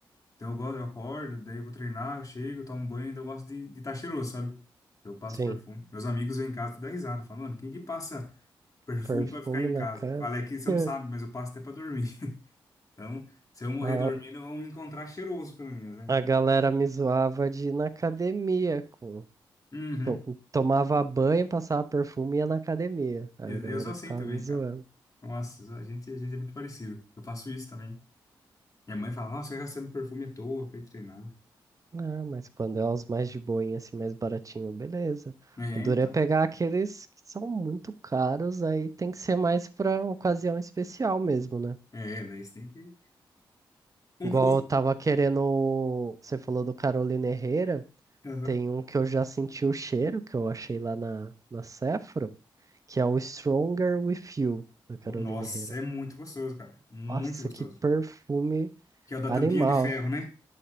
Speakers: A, on the left; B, on the right.
A: Então eu, gosto, eu acordo, daí eu vou treinar, eu chego, tomo banho, daí eu gosto de estar cheiroso, sabe? Então Eu passo
B: Sim.
A: perfume. Meus amigos vêm em casa e dão risada, falam, mano, quem que passa perfume
B: Perfume
A: pra ficar em casa?
B: na casa.
A: Fala, é que você
B: <laughs>
A: não sabe, mas eu passo até pra dormir. <laughs> Então, se eu morrer
B: A,
A: dormindo, vão me encontrar cheiroso, pelo menos, né?
B: a galera me zoava de ir na academia com.
A: Uhum.
B: to- Tomava banho, passava perfume e ia na academia. Aí
A: Eu,
B: a galera
A: eu sou assim
B: ficava
A: também,
B: me zoando.
A: cara. Nossa, a gente, a gente é muito parecido. Eu faço isso também. Minha mãe fala, nossa, você tá gastando perfume à toa pra ir treinar.
B: Ah, mas quando é os mais de boinha, assim, mais baratinho, beleza.
A: É,
B: O duro
A: então.
B: é pegar aqueles que são muito caros, aí tem que ser mais pra ocasião especial mesmo, né?
A: É, daí você tem que. Um
B: Igual
A: que eu uso.
B: eu tava querendo. o- Você falou do Carolina Herrera.
A: Aham.
B: Tem um que eu já senti o cheiro, que eu achei lá na, na Sephora. que é o Stronger With You, da Carolina
A: Nossa,
B: Herrera.
A: é muito gostoso, cara. Muito
B: Nossa,
A: gostoso.
B: que perfume
A: Que é o da
B: animal.
A: tampinha de ferro, né?